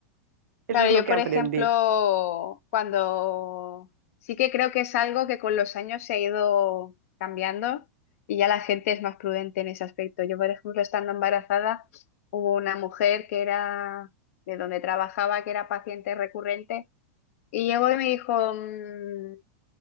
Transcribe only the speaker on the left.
Claro,
yo
por
ejemplo, cuando sí que creo que es algo que con los años se ha ido cambiando y ya la gente es más prudente en ese aspecto. Yo, por ejemplo, estando embarazada, hubo una mujer que era de donde trabajaba, que era paciente recurrente, y llegó y me dijo, "Mm,